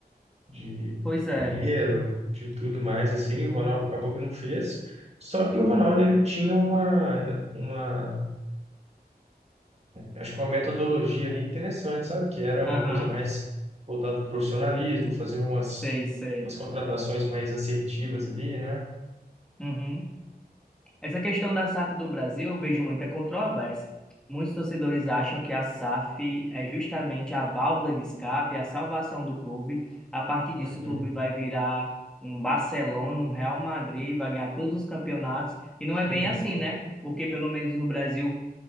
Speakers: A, on the right (about 40°); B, in the centre.
A: de
B: Pois é,
A: dinheiro, de tudo mais assim. O Ronaldo acabou que não fez. Só que o Ronaldo ele tinha uma, uma Acho que uma metodologia ali interessante, sabe? Que era uma
B: aham,
A: coisa mais voltada para o profissionalismo, fazer umas,
B: Sei, sei.
A: umas contratações mais assertivas ali, né?
B: Uhum. Essa questão da SAF do Brasil, eu vejo muita controvérsia. Muitos torcedores acham que a SAF é justamente a válvula de escape, a salvação do clube. A partir disso,
A: Uhum.
B: o clube vai virar um Barcelona, um Real Madrid, vai ganhar todos os campeonatos. E não
A: <laughs>
B: é bem assim, né? Porque, pelo menos no Brasil,